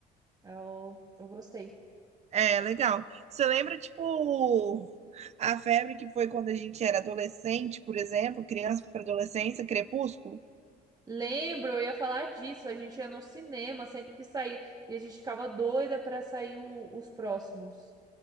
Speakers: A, on the right; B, on the right.
A: Eu, eu gostei.
B: É, legal. Você lembra, tipo, a febre que foi quando a gente era adolescente, por exemplo, criança para adolescência, Crepúsculo?
A: Lembro, eu ia falar disso. A gente ia no cinema sempre que saía. E a gente ficava doida pra sair o- os próximos.